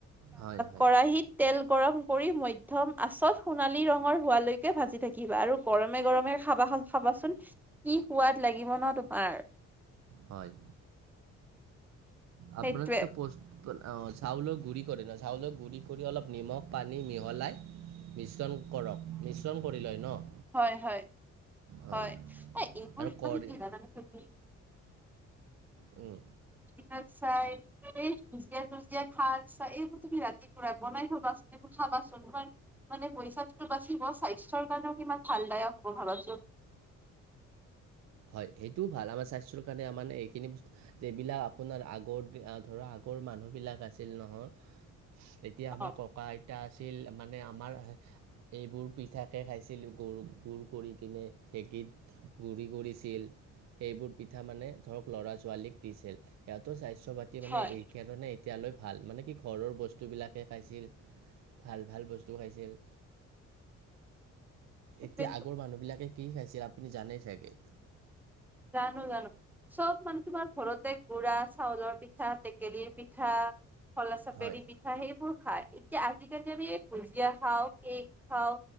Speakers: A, on the right; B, in the centre.
A: হয় হয়
B: কৰাহিত তেল গৰম কৰি মধ্যম আচত সোণালী ৰঙৰ হোৱালৈকে ভাজি থাকিবা আৰু গৰমে-গৰমে খাবা খাবাচোন কি সোৱাদ লাগিব ন তোমাৰ। <unintelligible>
A: হয়। আপোনাৰ
B: সেইটোৱে
A: যেতিয়া পষ্টটো অঁ চাউলৰ গুড়ি কৰে ন চাউলৰ গুড়ি কৰি অলপ নিমখ পানী মিহলাই মিশ্ৰণ কৰক মিশ্ৰণ কৰি লয় ন?
B: হয়-হয়,
A: অঁ
B: হয় <unintelligible> এইবোৰ
A: আৰু
B: তুমি
A: কৰি
B: কি যানানে তুমি
A: উম।
B: তাত চাই <unintelligible> এইবোৰ তুমি ৰাতিপুৰা বনাই থবা চোন এইবোৰ খাব ভাবা চোন মানে পইচাটোতো বাচিব স্বাস্থ্যৰ কাৰণেও কিমান ভালদায়ক হ'ব ভাবাচোন।
A: হয় সেইটোও ভাল আমাৰ স্বাস্থ্যৰ কাৰণে মানে এইখিনি বস্তু এইবিলাক আপোনাৰ আগৰ ধৰা আগৰ মানুহ বিলাক আছিল নহয় এতিয়া আমাৰ
B: অ
A: ককা আইতা আছিল মানে আমাৰ এইবোৰ পিঠাকে খাইছিলো <unintelligible> কৰি কিনে ঢেঁকিত। গুৰি কৰিছিল সেইবোৰ পিঠা মানে ধৰক ল'ৰা ছোৱালীক দিছিল সিহতৰ স্বাস্থ্য পাতি মানে
B: হয়
A: এইকাৰণে এতিয়ালৈ ভাল মানে কি ঘৰৰ বস্তুবিলাকে খাইছিল ভাল-ভাল বস্তু খাইছিল।
B: সেইটোৱেটো
A: এতিয়া আগৰ মানুহ বিলাকে কি খাইছিল আপুনি জানে চাগে।
B: জানো-জানো চব মানে তোমাৰ ঘৰতে গুড়া চাউলৰ পিঠা টেকেলিৰ পিঠা খলা চাপেৰি
A: হয়
B: পিঠা সেইবোৰ খায়। যে আজিকালি আমি ভুজিয়া খাওঁ কেক খাওঁ